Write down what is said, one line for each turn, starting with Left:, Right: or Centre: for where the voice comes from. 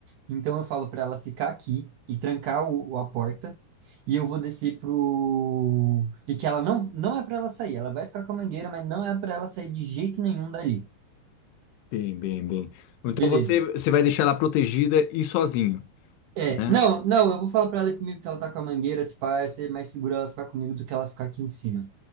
Right: Então eu falo para ela ficar aqui e trancar o, a porta. E eu vou descer pro. E que ela não, não é para ela sair. Ela vai ficar com a mangueira, mas não é para ela sair de jeito nenhum dali.
Left: Bem, bem, bem. Então
Right: Beleza.
Left: você, você vai deixar ela protegida e sozinho,
Right: É,
Left: né?
Right: não, não, eu vou falar pra ela ir comigo que ela tá com a mangueira, se pá, vai ser mais seguro ela ficar comigo do que ela ficar aqui em cima.